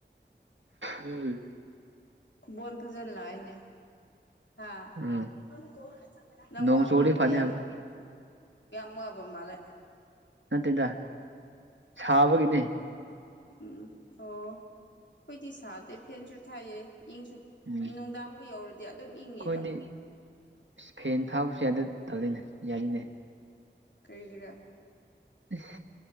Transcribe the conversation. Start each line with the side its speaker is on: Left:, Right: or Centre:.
Right: ꯎꯝ꯫
Left: ꯕꯣꯟ ꯐꯖꯅ ꯂꯥꯛꯑꯦꯅꯦ꯫ ꯍꯥ
Right: ꯎꯝ
Left: <unintelligible> ꯅꯪ
Right: ꯅꯣꯡ
Left: ꯋꯥ
Right: ꯆꯨꯔꯗꯤ
Left: ꯉꯥꯡꯕ
Right: ꯐꯅꯤ
Left: ꯌꯥꯝ
Right: ꯍꯥꯏꯕ
Left: ꯌꯥꯝ ꯋꯥꯕ ꯃꯥꯜꯂꯦ꯫
Right: ꯅꯠꯇꯦꯗ ꯁꯥꯕꯒꯤꯅꯦ꯫
Left: ꯎꯝ ꯑꯣ ꯑꯩꯈꯣꯏꯗꯤ ꯁꯥꯗꯦ ꯐꯦꯟꯁꯨ ꯊꯥꯏꯌꯦ ꯏꯪꯁꯨ
Right: ꯎꯝ
Left: ꯅꯨꯡꯗꯥꯡꯕꯨ ꯌꯧꯔꯗꯤ ꯑꯗꯨꯝ ꯏꯪꯉꯦꯕ꯫
Right: ꯑꯩꯈꯣꯏꯗꯤ ꯑꯁ ꯐꯦꯟ ꯊꯥꯕꯁꯨ ꯌꯥꯗꯦ ꯇꯧꯔꯤꯅꯦ ꯌꯥꯔꯤꯅꯦ꯫
Left: ꯀꯩꯒꯤꯔꯥ꯫
Right: ꯏꯁ